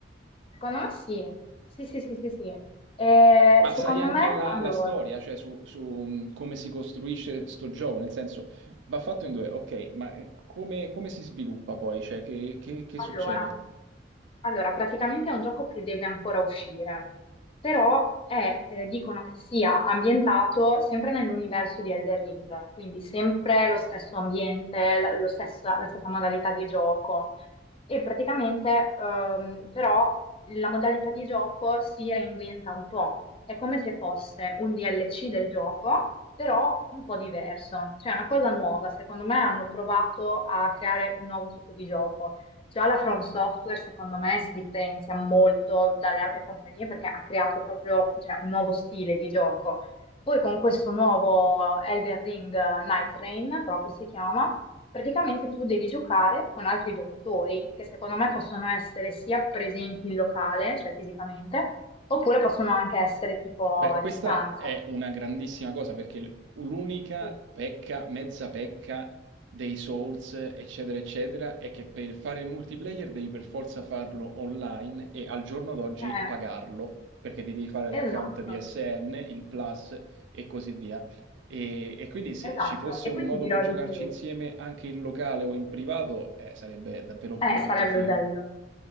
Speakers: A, on the left; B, on the right.
A: Secondo me sì. Sì, sì, sì, sì, sì. Eh,
B: Ma
A: secondo
B: sai anche
A: me,
B: la,
A: allora,
B: la storia, cioè su, su, mh, come si costruisce sto gioco, nel senso va fatto in due, ok, ma eh, come, come si sviluppa poi? Cioè, che, che- che
A: allora,
B: succede?
A: Allora, praticamente è un gioco che deve ancora uscire, però è, eh, dicono che sia ambientato sempre nell'universo di Elden Ring, quindi sempre lo stesso ambiente, la, lo stesso- la stessa modalità di gioco. E praticamente, ehm, però, la modalità di gioco si reinventa un po'. È come se fosse un DLC del gioco, però un po' diverso. Cioè, è una cosa nuova. Secondo me hanno provato a creare un nuovo tipo di gioco. Già la From Software, secondo me, si differenzia molto dalle altre compagnie perché ha creato proprio, cioè, un nuovo stile di gioco. Poi con questo nuovo Elden Ring eh, Night Rain, proprio si chiama, praticamente tu devi giocare con altri giocatori che secondo me possono essere sia presenti in locale, cioè fisicamente, oppure possono anche essere tipo
B: Beh,
A: a
B: questa
A: distanza.
B: è una grandissima cosa perché l- l'unica
A: Sì.
B: pecca, mezza pecca dei Souls, eccetera, eccetera, è che per fare il multiplayer devi per forza farlo online e al giorno d'oggi
A: Eh,
B: pagarlo perché ti devi fare l'account
A: esatto,
B: PSN, il Plus e così via. E, e quindi se
A: esatto.
B: ci fosse
A: E
B: un
A: poi
B: modo
A: ti dirò
B: per giocarci
A: di più.
B: insieme anche in locale o in privato, eh, sarebbe davvero molto
A: Eh, sarebbe
B: figo.
A: bello.